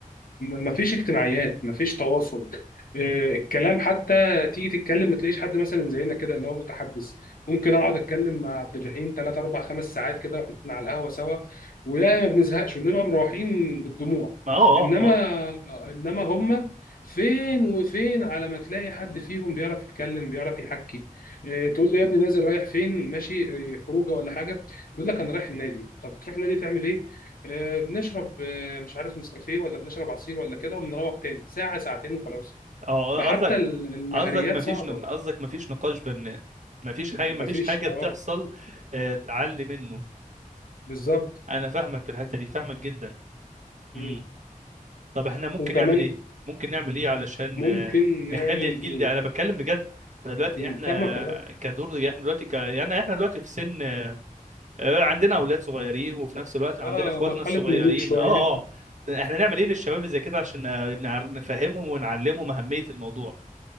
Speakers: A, on the left; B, on the right.
A: م- مفيش اجتماعيات مفيش تواصل آه، الكلام حتى تيجي تتكلم ما تلاقيش حد مثلا زينا كده اللي هو متحدث ممكن اقعد اتكلم مع عبد الرحيم 3 4 5 ساعات كده واحنا على القهوه سوا ويا ما بنزهقش بنبقى مروحين بالدموع
B: ما اه
A: انما
B: اه
A: انما هم فين وفين على ما تلاقي حد فيهم بيعرف يتكلم بيعرف يحكي آه، تقول له يا ابني نازل رايح فين ماشي آه، خروجه ولا حاجه يقول لك انا رايح النادي طب بتروح النادي تعمل ايه آه، بنشرب آه، مش عارف نسكافيه ولا بنشرب عصير ولا كده وبنروح تاني ساعة ساعتين وخلاص
B: اه
A: فحتى
B: اه قصدك
A: ال- المهريات
B: قصدك مفيش
A: صعبة
B: ن- قصدك مفيش نقاش بناء مفيش حاجة مفيش
A: مفيش
B: حاجة
A: اه
B: بتحصل آه، تعلي منه
A: بالظبط
B: أنا فاهمك في الحتة دي فاهمك جدا مم.
A: مم.
B: طب احنا ممكن
A: وكمان
B: نعمل إيه؟ ممكن نعمل إيه علشان
A: ممكن
B: آه،
A: نعمل
B: نخلي الجيل
A: ايه
B: ده أنا بتكلم بجد احنا دلوقتي
A: مم.
B: احنا
A: فاهمك والله
B: كدور احنا دلوقتي ك... يعني احنا دلوقتي في سن آه، آه، عندنا أولاد صغيرين وفي نفس الوقت عندنا
A: اه
B: إخواتنا
A: مرحلة
B: الصغيرين
A: نضوج شوية
B: اه اه احنا نعمل إيه للشباب اللي زي كده عشان آه، نع- نفهمهم ونعلمهم أهمية الموضوع